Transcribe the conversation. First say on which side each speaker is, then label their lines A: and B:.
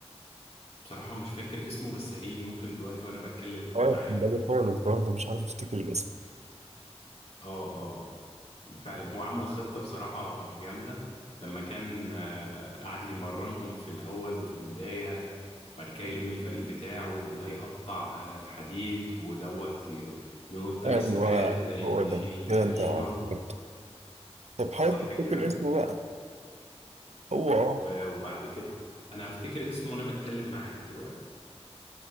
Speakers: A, on the left; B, on the right.
A: بصراحة مش فاكر اسمه بس هيجي ممكن دلوقتي وانا بتكلم
B: اه
A: معاك
B: كان بالي خالص برضه مش عارف افتكر الاسم
A: اه اه فعلا هو عمل خطة بصراحة جامدة لما كان آه، قعد يمرنهم في الأول وفي البداية بعد كده يلم الفريق بتاعه وده يقطع آه، الحديد ودوت ي- ينط
B: ايوه
A: مسافات وده
B: هو ده
A: يشيل
B: كده
A: آه،
B: انت
A: شنط
B: افتكرته طب حاول
A: صح
B: تفتكر
A: كده
B: اسمه بقى هو
A: و-
B: اه
A: وبعد كده أنا هفتكر اسمه وانا بتكلم معاك دلوقتي